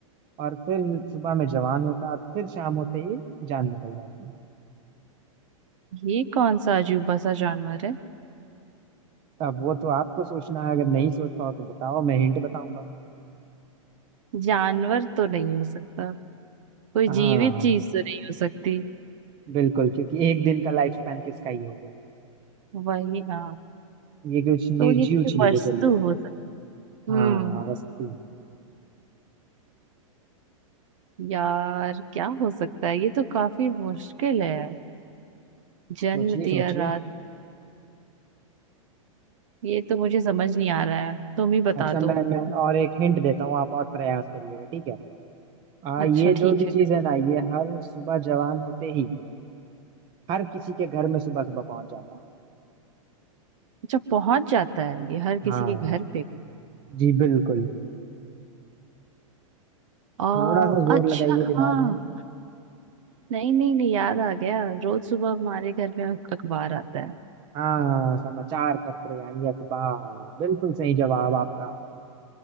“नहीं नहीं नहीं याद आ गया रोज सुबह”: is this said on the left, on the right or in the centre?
Right